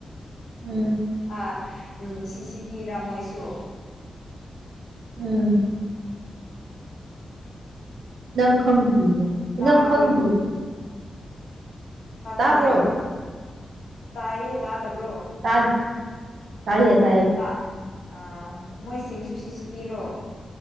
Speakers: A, on the right; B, on the left.
A: ꯎꯝ
B: ꯑꯥ ꯎꯝ ꯁꯤ ꯁꯤ ꯇꯤꯔꯥ ꯃꯣꯏꯁꯨ
A: ꯎꯝ ꯅꯪ ꯈꯪꯗ꯭ꯔꯤꯕꯣ
B: ꯇꯥꯕ꯭ꯔꯣ
A: ꯅꯪ ꯈꯪꯗ꯭ꯔꯤꯕꯣ
B: ꯈꯪꯗꯦ
A: ꯇꯥꯕ꯭ꯔꯣ
B: ꯇꯥꯏꯌꯦ ꯇꯥꯗꯕ꯭ꯔꯣ
A: ꯇꯥꯠ ꯇꯥꯏꯌꯦ ꯇꯥꯏꯌꯦ
B: <unintelligible> ꯑꯥ ꯃꯣꯏꯁꯤꯡꯁꯨ ꯁꯤ ꯁꯤ ꯇꯤꯔꯣ